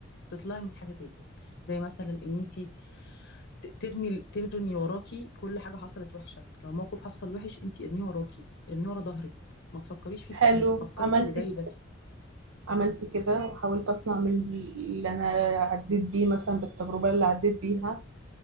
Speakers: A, on the left; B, on the right.
A: تطلعي من حاجه زي دي زي مثلا ان انت ت- ترمي ترمي وراكي كل حاجة حصلت وحشة لو موقف حصل وحش انتي ارميه وراكي ارميه ورا ظهرك ما تفكريش فيه
B: حلو
A: كتير فكري
B: عملت
A: في اللي جاي بس
B: عملت كده وحاولت اطلع من اللي انا عديت بيه مثلا بالتجربة اللي عديت بيها